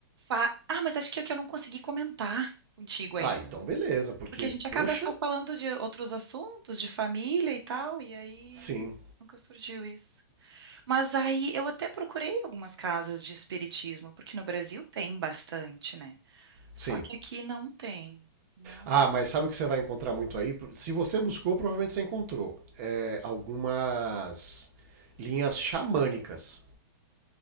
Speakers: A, on the right; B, on the right.
A: fa... ah, mas acho que é que eu não consegui comentar contigo ainda,
B: Ah, então beleza, porque,
A: porque a
B: poxa,
A: gente acaba só falando de outros assuntos, de família e tal, e aí
B: sim,
A: nunca surgiu isso. Mas aí eu até procurei algumas casas de espiritismo, porque no Brasil tem bastante, né? Só
B: sim.
A: que aqui não tem. Não,
B: Ah, mas sabe o que você vai encontrar muito aí? Se você buscou, provavelmente você encontrou é, algumas linhas xamânicas.